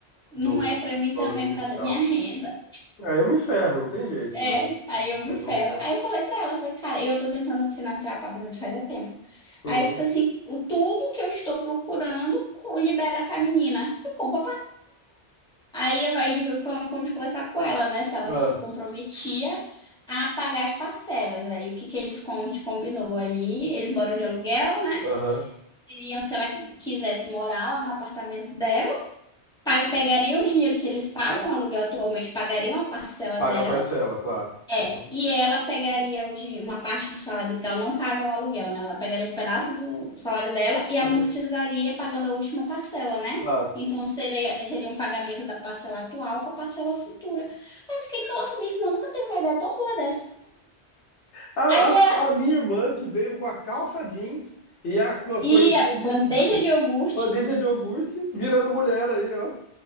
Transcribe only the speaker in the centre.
Não
é para mim
também
por causa da minha <laughs> renda.
É,
aí eu me
ferro.
Aí eu falei para ela, eu falei, cara, eu tô tentando financiar apartamento faz há tempo.
Aí eu falei assim, o- tudo que eu estou procurando co- libera pra menina. Eu compro Aí, aí fomos, fomos conversar com ela, né? Se ela
se comprometia a pagar as parcelas. Aí o que que eles com- a gente combinou ali? Eles moram de aluguel, né?
Iriam, se ela quisesse morar lá no apartamento dela, pag- pegariam o dinheiro que eles pagam, o aluguel atualmente, pagariam a parcela
dela.
É,
e ela pegaria o din- uma parte do salário, porque ela não paga o aluguel, né? Ela pegaria um pedaço do salário dela e amortizaria
pagando a última parcela, né?
Então seria, seria um pagamento da parcela atual com a parcela futura. Aí eu fiquei, nossa, minha irmã nunca teve uma ideia tão boa dessa.
Aí
a,
e
a
bandeja de iogurte